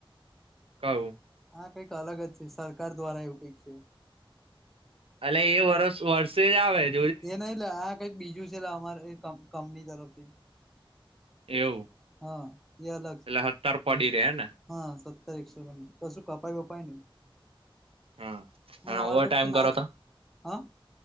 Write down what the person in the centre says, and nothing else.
હા કઈક અલગ જ છે સરકાર દ્વારા એવું કઈક છે.
એ નહ લે આ કઈક બીજું છે અમારે કંપની તરફથી.
હા એ અલગ છે
હાત. સો કશું કપાઈ વપાઈ નને.
હા
અમારે
તો
કે નાચ
હા